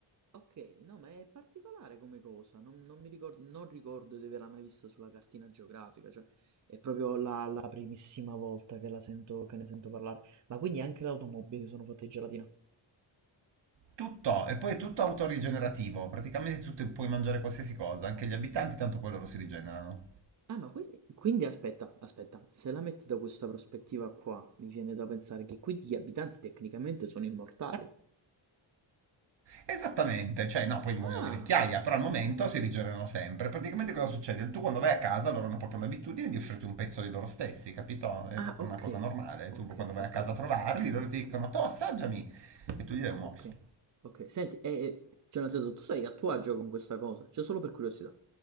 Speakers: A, on the right; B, on the right.
A: Ok, no, ma è particolare come cosa, non, non mi ricor- non ricordo di averla mai vista sulla cartina geografica, cioè è proprio la, la primissima volta che la sento, che ne sento parlare. Ma quindi anche le automobili sono fatte di gelatina?
B: Tutto, e poi è tutto autorigenerativo, praticamente tu te- puoi mangiare qualsiasi cosa, anche gli abitanti, tanto poi loro si rigenerano.
A: Ah, ma quindi, quindi aspetta, aspetta, se la metti da questa prospettiva qua, mi viene da pensare che quindi gli abitanti tecnicamente sono immortali.
B: Esattamente, cioè no, poi
A: Ah,
B: muoiono di vecchiaia, però al momento si rigenerano sempre. Praticamente cosa succede? Tu quando vai a casa loro hanno proprio l'abitudine di offrirti un pezzo di loro stessi, capito? È proprio
A: ah, ok,
B: una cosa normale.
A: ok,
B: Tu quando vai
A: ok,
B: a casa a trovarli, loro ti dicono, to assaggiami, e tu gli dai un morso.
A: ok, ok. Senti, e, e- cioè nel senso, tu sei a tuo agio con questa cosa, cioè solo per curiosità.